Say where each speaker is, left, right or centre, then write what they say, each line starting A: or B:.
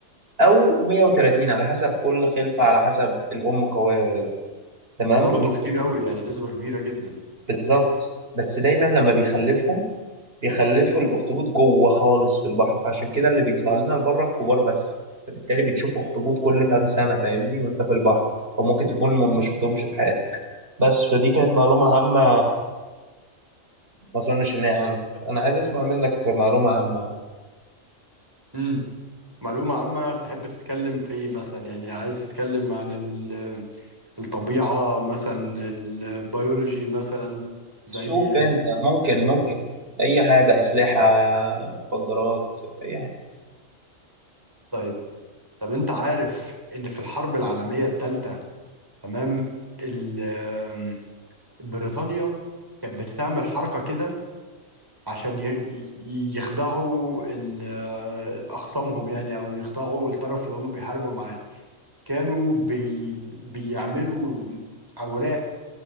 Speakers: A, on the right; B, on the right.
A: او مية وتلاتين على حسب كل خلفة على حسب الام قوية ولا لا تمام
B: برضه
A: و-
B: كتير قوي يعني نسبة كبيرة جدا
A: بالظبط بس دايما لما بيخلفهم بيخلفوا الاخطبوط جوه خالص في البحر فعشان كده اللي بيطلع لنا لبره الكبار بس فبالتالي بتشوف اخطبوط كل كام سنه فاهمني وانت في البحر وممكن تكون م- ما شفتهمش في حياتك بس فدي كانت معلومه عامه ما اظنش ان هي عندك انا عايز اسمع منك معلومه عامه
B: امم معلومة عامة تحب تتكلم في ايه مثلا يعني عايز تتكلم عن ال- الطبيعة مثلا البيولوجي مثلا زي
A: شوف انت ممكن
B: مم.
A: ممكن اي حاجه اسلحه مخدرات يعني
B: طيب طب انت عارف ان في الحرب العالمية الثالثة تمام ال- بريطانيا كانت بتعمل حركة كده عشان ي- ي- يخدعوا ال- أخصامهم يعني أو يخدعوا الطرف اللي هم بيحاربوا معاه كانوا بي بيعملوا أوراق